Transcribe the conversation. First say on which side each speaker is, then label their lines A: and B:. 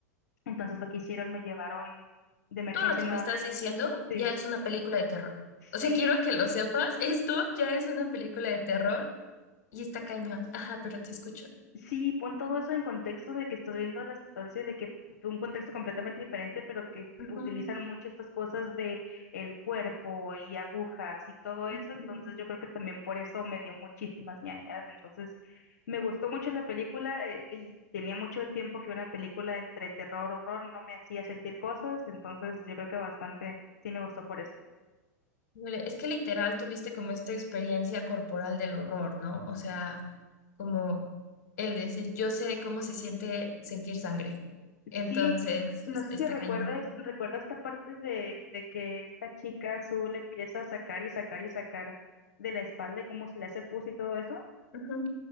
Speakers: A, on the left (about 75°); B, on the left (about 60°).
A: Entonces, lo que hicieron, me llevaron de emergencia
B: Todo lo que
A: nuevamente.
B: me estás diciendo
A: Sí,
B: ya es una película de terror. O sea,
A: sí,
B: quiero que lo sepas, esto ya es una película de terror y está cañón. Ajá, pero te escucho.
A: Sí, pon todo eso en contexto de que estás viendo la sustancia, y de que de un contexto completamente diferente, pero que
B: Ujú,
A: utilizan mucho estas cosas de el cuerpo y agujas y todo eso,
B: ujú.
A: entonces yo creo que también por eso me dio muchísimas ñañaras, entonces me gustó mucho la película eh, y tenía mucho tiempo que una película entre terror, horror no me hacía sentir cosas, entonces yo creo que bastante sí me gustó por eso.
B: Híjole, Es que literal tuviste como esta experiencia corporal del horror, ¿no? O sea, como el decir, yo sé cómo se siente sentir sangre. Entonces,
A: Sí, no
B: es-
A: sé
B: está
A: si recuerdes,
B: cañón.
A: recuerda esta parte de, de que esta chica azul empieza a sacar y sacar y sacar de la espalda y cómo se le hace pus y todo eso.
B: Ujú,